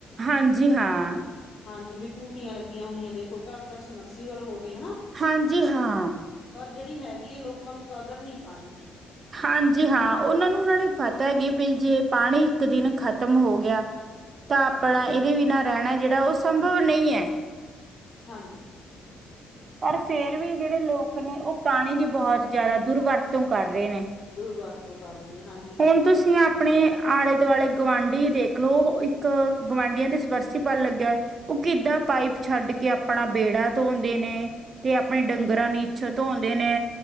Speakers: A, on the right (about 45°); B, on the left (about 30°).
A: ਹਾਂਜੀ ਹਾਂ।
B: ਹਾਂਜੀ ਵੀ ਟੂਟੀਆਂ ਲੱਗੀਆਂ ਹੋਈਆਂ ਦੇਖੋ ਘਰ-ਘਰ ਸਮਰਸੀਵਲ ਹੋਗੇ ਹਨਾ।
A: ਹਾਂਜੀ ਹਾਂ।
B: ਪਰ ਜਿਹੜੀ ਹੈਗੀ ਏ ਲੋਕਾਂ ਨੂੰ ਕਦਰ ਨੀ ਪਾਣੀ ਦੀ।
A: ਹਾਂਜੀ ਹਾਂ ਉਨਾਂ ਨੂੰ ਨਾਲੇ ਪਤਾ ਏ ਕਿ ਵੀ ਜੇ ਪਾਣੀ ਇੱਕ ਦਿਨ ਖਤਮ ਹੋ ਗਿਆ ਤਾਂ ਆਪਣਾ
B: ਹਾਂ
A: ਏਦੇ ਬਿਨਾਂ ਰਹਿਣਾ ਜਿਹੜਾ ਓ ਸੰਭਵ ਨਈ ਐ।
B: ਹਾਂਜੀ।
A: ਪਰ ਫੇਰ ਵੀ ਜਿਹੜੇ ਲੋਕ ਨੇ ਓ ਪਾਣੀ ਦੀ ਬਹੁਤ ਜਿਆਦਾ ਦੁਰਵਰਤੋਂ ਕਰ ਰੇ ਨੇ।
B: ਦੁਰਵਰਤੋਂ ਕਰ ਰੇ ਨੇ ਹਾਂ।
A: ਹੁਣ ਤੁਸੀਂ ਆਪਣੇ ਆਲੇ-ਦੁਆਲੇ ਗੁਆਂਢੀ ਦੇਖ ਲੋ ਇੱਕ ਗੁਆਂਢੀਆਂ ਦੇ ਸਪਰਸੀਬਲ ਲੱਗਿਆ ਓ ਕਿੱਦਾਂ ਪਾਈਪ ਛੱਡ ਕੇ ਆਪਣਾ ਬੇੜਾ ਧੋਂਦੇ ਨੇ 'ਤੇ ਆਪਣੇ ਡੰਗਰਾਂ ਨੀਛ ਧੋਂਦੇ ਨੇ।